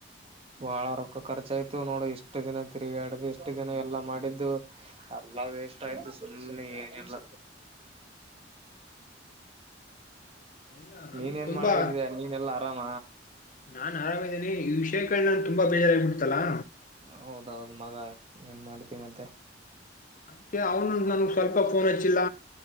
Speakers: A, on the right (about 35°); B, on the left (about 45°).
A: ಬಹಳ ರೊಕ್ಕ ಖರ್ಚ ಆಯ್ತು ನೋಡು ಇಷ್ಟು ದಿನ ತಿರುಗಿ ಆಡ್ದು ಇಷ್ಟು ದಿನ ಎಲ್ಲಾ ಮಾಡಿದ್ದು ಅಲ್ಲಾ ವೇಸ್ಟ್ ಆಯ್ತು ಸುಮ್ನೆ ಏನಿಲ್ಲ
B: ಇಲ್ಲ ನನ್ಗೂ
A: ನೀನ್ ನ್
B: ತುಂಬಾ
A: ಮಾಡಕದಯ ನೀನ್ ಎಲ್ಲಾ ಆರಾಮ
B: ನಾನ್ ಆರಾಮಿದ್ದೀನನೆ ಈ ವಿಷಯಗಳ ನಾನ್ ತುಂಬಾ ಬೇಜಾರ ಬಿಿಡ್ತಲ್ಲಾ
A: ಹೌದೌದು್ ಮಗ ಏನ್ ಮಾಡ್ತಿ ಮತ್ತೆ
B: ಅದ್ಕ್ಕೆ ಅವ್ನು ನನ್ಗ್ ಸ್ವಲ್ಪ ಫೋನ್ ಹಚ್ಚಿಲ್ಲ